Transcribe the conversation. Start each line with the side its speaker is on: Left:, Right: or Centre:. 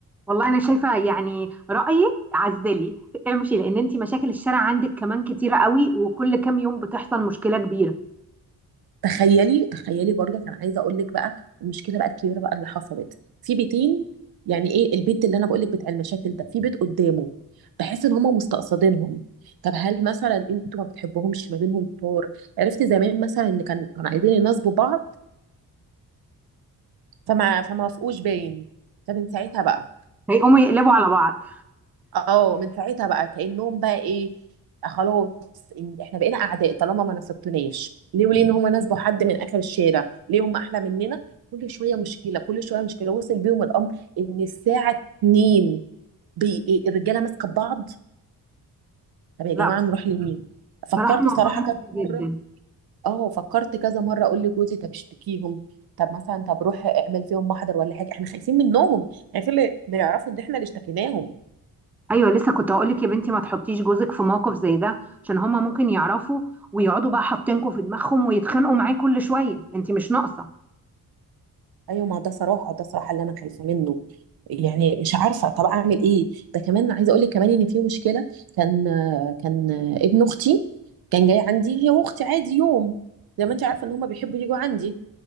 Centre: والله انا شايفه يعني رايي عزلي امشي لان انت مشاكل الشارع عندك كمان كتيره قوي وكل كام يوم بتحصل مشكله كبيره
Right: تخيلي تخيلي برضه انا عايزه اقول لك بقى المشكله بقى الكبيره بقى اللي حصلت في بيتين يعني ايه البيت اللي انا بقول لك بتاع المشاكل ده في بيت قدامه بحس ان هم مستقصدينهم طب هل مثلا انتوا ما بتحبوهمش ما بينهم طور عرفت زمان مثلا ان كان كانوا عايزين يناسبوا بعض فما فما وافقوش باين طب انت ساعتها بقى
Centre: هيقوموا يقلبوا على بعض
Right: اه من ساعتها بقى كأنهم بقى ايه آه، خلاص إن احنا بقينا اعداء طالما ما نصبتوناش ليه وليه ان هم ناسبوا حد من اخر الشارع ليه هم احلى مننا كل شويه مشكله كل شويه مشكله وصل بيهم الامر ان الساعه 2 بي... إيه، الرجاله ماسكه ببعض طب يا
Centre: لا
Right: جماعه
Centre: بس
Right: نروح لمين
Centre: بصراحه
Right: فكرت
Centre: موضوع
Right: صراحه
Centre: مؤذي
Right: كذا مره
Centre: جدا
Right: اه فكرت كذا مره اقول لجوزي طب اشتكيهم طب مثلا طب روح اعمل فيهم محضر ولا حاجه احنا خايفين منهم خايفين اللي اللي يعرفوا ان احنا اللي اشتكيناهم
Centre: ايوه لسه كنت هقول لك يا بنتي ما تحطيش جوزك في موقف زي ده عشان هما ممكن يعرفوا ويقعدوا بقى حاطينكوا في دماغهم ويتخانقوا معاه كل شويه انت مش ناقصه
Right: ايوه ما ده صراحه ده صراحه اللي انا خايفه منه يعني مش عارفه طب اعمل ايه ده كمان عايزه اقول لك كمان ان في مشكله كان كان ابن اختي كان جاي عندي هي واختي عادي يوم زي ما انت عارفه ان هم بيحبوا يجوا عندي